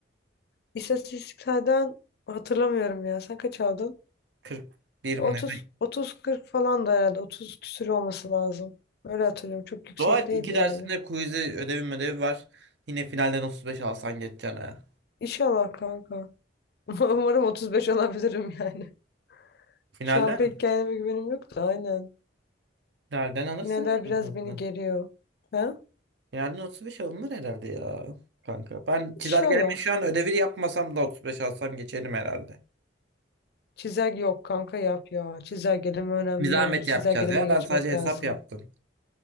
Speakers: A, on the left; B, on the right.
A: İstatistiklerden hatırlamıyorum ya. Sen kaç aldın?
B: 41
A: Ya
B: mi
A: Otuz,
B: ne?
A: 30 40 falan da herhalde. 30 küsür olması lazım. Öyle hatırlıyorum. Çok yüksek
B: Doğal
A: değildi
B: iki
A: yani.
B: dersinde quiz'i ödevim ödevi var. Yine finalden 35 alsan geçeceksin ha.
A: İnşallah kanka. <laughs> Umarım 35 alabilirim yani.
B: Finalden?
A: Şu an pek kendime güvenim yok da aynen.
B: Finalden alırsın
A: Finaller
B: herhalde
A: biraz
B: aslında.
A: beni geriyor. Ha?
B: Yani 35 alınır herhalde ya kanka. Ben
A: İnşallah.
B: çizelgeleme şu an ödevi yapmasam da 35 alsam geçerim herhalde.
A: Çizelge yok kanka yap ya. Çizelgeleme önemli
B: Bir zahmet
A: yani. Çizelgelemeye
B: yapacağız ya. Ben
A: geçmek
B: sadece hesap
A: lazım.
B: yaptım.